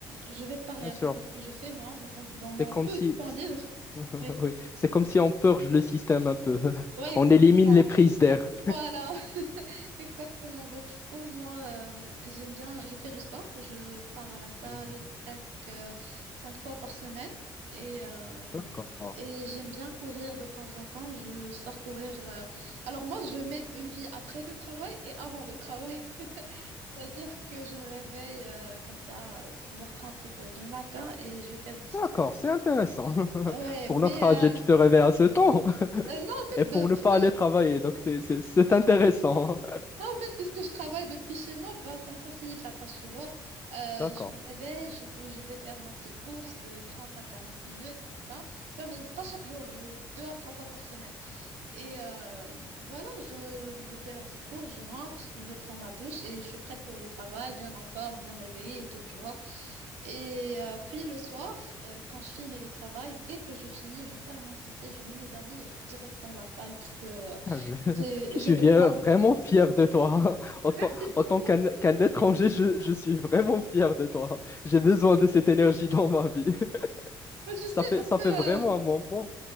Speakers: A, on the right (about 70°); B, on the left (about 20°).
A: je vais te parler
B: Bien
A: un
B: sûr.
A: peu de ce que je fais, moi, dans, ton- dans mon
B: C'est comme
A: peu
B: si
A: de temps libre.
B: <laughs>
A: Oui,
B: Oui, c'est comme si on purge le système un peu. <laughs>
A: ouais, exactement.
B: On élimine les prises d'air.
A: Voilà, <laughs> exactement. Bah, du coup, moi, euh, j'aime bien, je fais du sport. Je pars à la salle
B: Mhm.
A: presque euh, cinq fois par semaine et, euh,
B: D'accord.
A: et j'aime bien courir de temps en temps. Je sors courir. euh, Alors moi, je mène une vie après le travail et avant le travail. <laughs> C'est-à-dire que je me réveille euh, comme ça, six heures trente sept heures du matin et je vais faire une petite
B: D'accord,
A: course.
B: c'est intéressant. <laughs>
A: Ouais,
B: Pour
A: mais
B: notre
A: euh,
B: âge, tu te réveilles à ce temps <laughs>
A: euh, non, en fait,
B: et pour
A: de-
B: ne
A: puisque
B: pas aller travailler. Donc, c'est, c'est, c'est intéressant.
A: Non, en fait, puisque je travaille depuis chez moi, bah, ça me facilite la tâche, tu vois. Euh,
B: D'accord.
A: je me réveille, je, fais- je vais faire ma petite course de 30 à 40 minutes, comme ça. Enfin, mais pas chaque jour, euh, deux à trois fois par semaine. Et euh, voilà, je, je fais ma petite course, je rentre, je prends ma douche et je suis prête pour le travail, bien en forme, bien réveillée et tout, tu vois. Et euh, puis le soir, euh, quand je finis le travail, dès que je finis, je ferme mon PC, je mets mes habits et je direct dans la salle parce que euh,
B: Ah, Je, <laughs>
A: j'ai
B: je
A: j'ai
B: suis
A: besoin.
B: vie- vraiment fier de toi. <laughs> En
A: <laughs>
B: tant,
A: Merci beaucoup.
B: en tant qu'un qu'un étranger, je, je suis vraiment fier de toi. J'ai besoin de cette énergie dans ma vie. <laughs>
A: Je sais
B: Ça fait,
A: parce
B: ça
A: que...
B: fait vraiment
A: euh,
B: un moment.